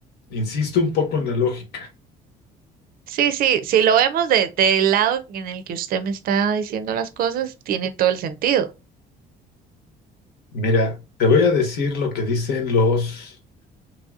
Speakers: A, on the left; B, on the right.
A: insisto un poco en la lógica.
B: Sí, sí, si lo vemos de, del lado en el que usted me está diciendo las cosas, tiene todo el sentido.
A: Mira, te voy a decir lo que dicen los,